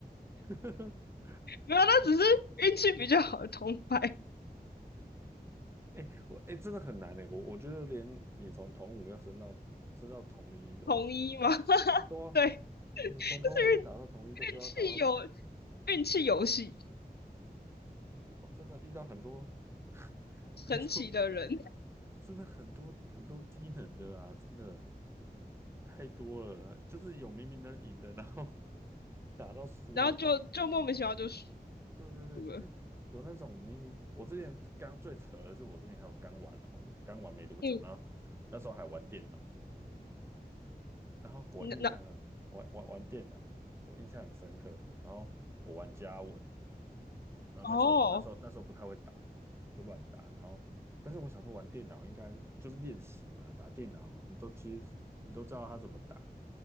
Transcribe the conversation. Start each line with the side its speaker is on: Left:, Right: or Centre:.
Right: <laughs>
Left: 没有啊，那只是运气比较好的同牌
Right: 哎、我哎、真的很难哎、我我觉得连你从同五要升到升到同一哦，
Left: 同一嘛。<laughs>
Right: 哇，
Left: 对，就是运
Right: 你都从同五又打到同一都不知道打到
Left: 运气有运气游戏，
Right: 哦，真的遇到很多 <laughs>
Left: 神奇的人，
Right: 很多，真的很多很多低能的啊，真的太多了，就是有明明能赢的，然后 <laughs> 打到输哎、
Left: 然后就就莫名其妙就输
Right: 对对对，
Left: 了。
Right: 就是有那种明明我之前刚最扯的是，我之前还有刚玩哦，刚玩没多久，
Left: 嗯，
Right: 然后那时候还玩电脑，然后我印象呢，
Left: 那那
Right: 玩玩玩电脑，我印象很深刻。然后我玩家文，然后那时候那时候那时候不太会打，
Left: 哦，
Right: 就乱打。然后但是我想说玩电脑应该就是练习嘛，打电脑你都其实你都知道他怎么打，